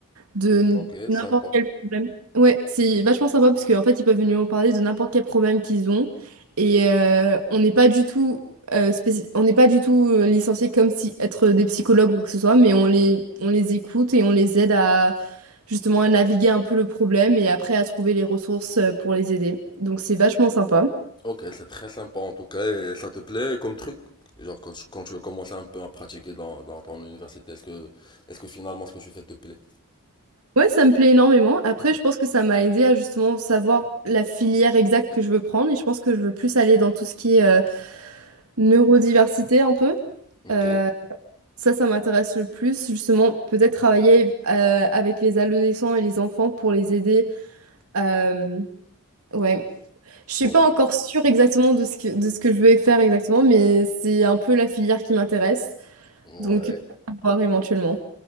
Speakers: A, on the right; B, on the left.
A: de
B: ok,
A: n'importe
B: sympa.
A: quel problème. Ouais, c'est vachement sympa parce qu'en fait, ils peuvent venir nous parler de n'importe quel problème qu'ils ont. Et euh, on n'est pas du tout, euh, spéci- on n'est pas du tout euh, licenciés comme si être des psychologues ou quoi que ce soit, mais on les, on les écoute et on les aide à justement à naviguer un peu le problème et après à trouver les ressources euh, pour les aider. Donc c'est vachement sympa.
B: Ok, c'est très sympa en tout cas, et ça te plaît comme truc? Genre, quand, tu- quand tu as commencé un peu à pratiquer dans, dans ton université, est-ce que, est-ce que finalement ce que tu fais te plaît?
A: Ouais, ça me plaît énormément. Après, je pense que ça m'a aidé à justement savoir la filière exacte que je veux prendre et je pense que je veux plus aller dans tout ce qui est euh, Neurodiversité un peu.
B: Ok.
A: Euh, ça, ça m'intéresse le plus. Justement, peut-être travailler euh, avec les adolescents et les enfants pour les aider. Euh, ouais. Je suis
B: Pour
A: pas
B: le-
A: encore sûre exactement de ce que, de ce que je vais faire exactement, mais c'est un peu la filière qui m'intéresse.
B: Ouais.
A: Donc, à voir éventuellement.